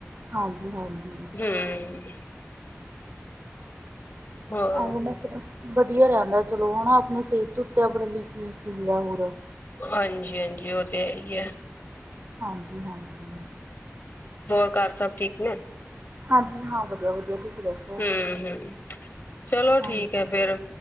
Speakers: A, on the right; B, on the left.
A: ਹਾਂਜੀ-ਹਾਂਜੀ।
B: ਹਮ ਹੋਰ?
A: ਐਵੇਂ ਨਾ ਵਧੀਆ ਰੇਣਦਾ ਚਲੋ ਹਨਾ, ਆਪਨੇ ਸਿਹਤ ਤੋਂ ਉੱਤੇ ਆਪਣੇ ਲਈ ਕੀ ਚੀਜ਼ ਆ ਹੋਰ?
B: ਹਾਂਜੀ-ਹਾਂਜੀ, ਉਹ ਤੇ ਹੈ ਈ ਹੈ।
A: ਹਾਂਜੀ-ਹਾਂਜੀ।
B: ਹੋਰ ਕਾਰ ਸਭ ਠੀਕ ਨੇ?
A: ਹਾਂਜੀ ਹਾਂ, ਵਧੀਆ-ਵਧੀਆ ਤੁਸੀਂ ਦੱਸੋ?
B: ਹਮ-ਹਮ। ਚਲੋ ਠੀਕ
A: ਹਾਂਜੀ
B: ਹੈ ਫੇਰ,